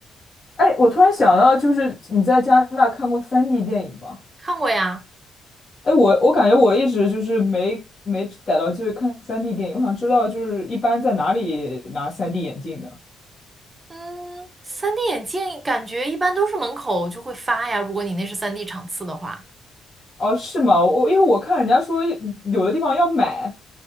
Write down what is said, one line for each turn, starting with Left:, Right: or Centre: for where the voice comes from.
Left: 哎，我突然想到，就是你在加拿大看过三 d 电影吗？
Right: 看过呀，
Left: 哎，我我感觉我一直就是没没逮到机会看三 d 电影，我想知道就是一般在哪里拿三 d 眼镜呢？
Right: 嗯三 d 眼镜感觉一般都是门口就会发呀，如果你那是三 d 场次的话。
Left: 哦，是吗？我因为我看人家说有的地方要买。